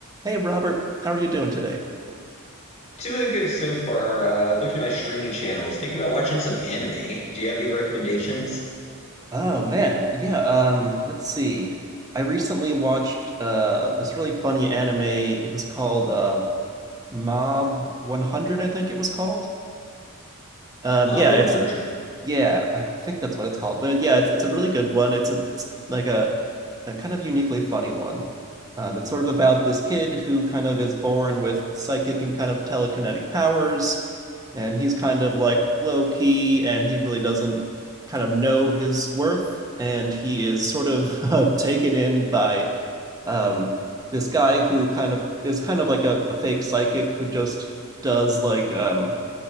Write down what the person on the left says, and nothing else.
Doing good so far. Uh, looking at my streaming channels, thinking about watching some anime. Do you have any recommendations?
Mob
100.